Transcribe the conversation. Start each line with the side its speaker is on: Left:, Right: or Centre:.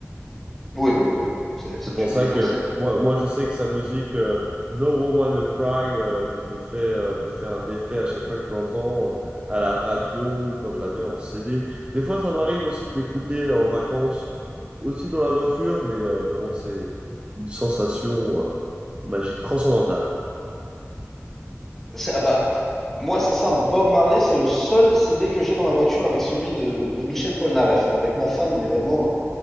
Centre: Oui, oui, oui, oui. C'est,
Right: C'est
Centre: c'est
Right: pour
Centre: une
Right: ça
Centre: évidence.
Right: que
Centre: C'est,
Right: moi, moi, je sais que sa musique euh, No Woman No Cry euh, me fait euh, me fait un effet à chaque fois que je l'entends euh, à la radio, quand je la mets en CD. Des fois, ça m'arrive aussi de l'écouter en vacances, aussi dans la voiture, mais euh, vraiment, c'est une sensation euh, magique, transcendantale.
Centre: c'est- ah bah, moi, c'est simple. Bob Marley, c'est le seul CD que j'ai dans la voiture avec celui de, de Michel Polnareff. hein. Avec ma femme, on est vraiment,